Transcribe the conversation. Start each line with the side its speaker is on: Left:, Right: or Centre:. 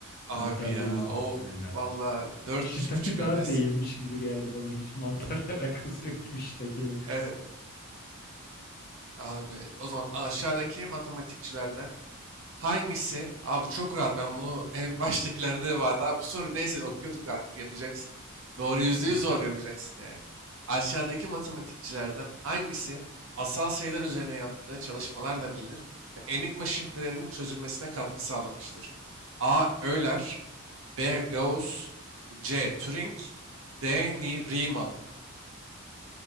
Right: Abi
Left: Mantar
Right: ya
Left: değilmiş
Right: of.
Left: Spirulina.
Right: Valla dört
Left: Shiitake
Right: üç buçuk
Left: daha
Right: öndesin.
Left: değilmiş gibi geldi bana. Hiç mantarla
Right: <laughs>
Left: <laughs> alakası yok gibi Shiitake'nin.
Right: Evet abi. O zaman aşağıdaki matematikçilerden Hangisi? Abi çok rahat ben bunu en <laughs> baştakilerde de vardı. Abi bu soru neyse okuyorduk artık yapacaksın. Doğru yüzde
Left: Tamam.
Right: yüz doğru yapacaksın yani. Aşağıdaki matematikçilerden hangisi asal sayılar üzerine yaptığı çalışmalarla bilinir ve enigma şifrelerinin çözülmesine katkı sağlamıştır? A. Euler B. Gauss C. Turing D. Ni- Riemann